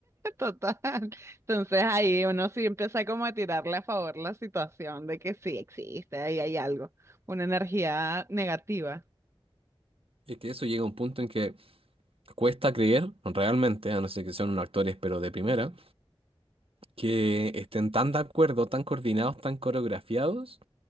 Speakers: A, on the right; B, on the right.
A: total. Entonces ahí uno sí empieza como a tirarle a favor la situación de que sí existe, ahí hay algo, una energía negativa.
B: Es que eso llega a un punto en que cuesta creer, realmente, a no ser que sean unos actores, pero de primera,
A: Claro.
B: que estén tan de acuerdo, tan coordinados, tan coreografiados